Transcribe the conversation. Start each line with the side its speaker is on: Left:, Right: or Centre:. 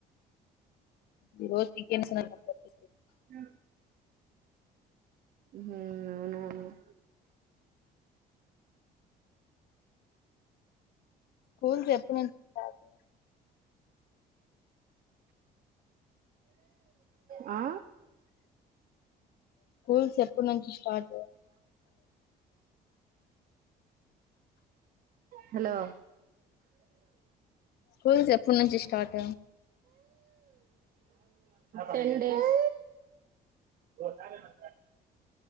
Left: ఈరోజ్ చికెన్ సా పప్పు
Right: ఆ హుమ్ అవునా అ
Left: స్కూల్స్ ఎప్పుడు ఉంటది
Right: ఆ
Left: స్కూల్స్ ఎప్పుడు నుంచి స్టార్టు
Right: హలో
Left: స్కూల్స్ ఎప్పుడు నుంచి స్టార్ట్
Right: టెన్ డేస్ <unintelligible>